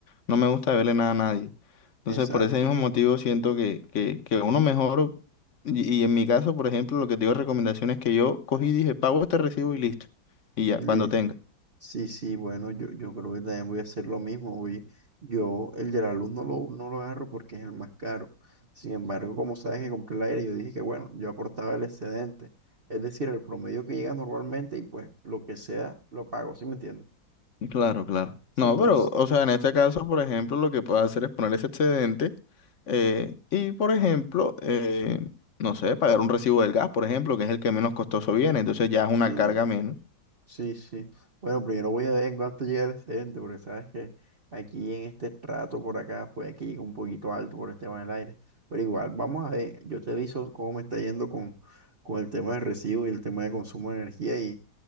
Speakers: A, on the left; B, on the right.
A: no me gusta verle nada a nadie. Entonces,
B: Exacto.
A: por ese mismo motivo siento que, que, que uno mejor, y, y en mi caso, por ejemplo, lo que te digo de recomendación es que yo cogí y dije, pago este recibo y listo, y ya,
B: Le-
A: cuando tenga.
B: sí, sí, bueno, yo, yo creo que también voy a hacer lo mismo. Voy, yo el de la luz no lo, no lo agarro porque es el más caro. Sin embargo, como sabes que compré el aire, yo dije que bueno, yo aportaba el excedente. Es decir, el promedio que llega normalmente y pues lo que sea, lo pago, ¿sí me entiendes?
A: Claro, claro. No,
B: Entonces,
A: pero, o sea, en este caso, por ejemplo, lo que puedo hacer es poner ese excedente eh, y, por ejemplo, eh, no sé, pagar un recibo del gas, por ejemplo, que es el que menos costoso viene, entonces ya es
B: sí.
A: una carga menos.
B: Sí, sí. Bueno, primero voy a ver en cuánto llega el excedente, porque sabes que aquí en este trato por acá puede que llegue un poquito alto por el tema del aire. Pero igual, vamos a ver. Yo te aviso cómo me está yendo con, con el tema de recibo y el tema de consumo de energía. Y,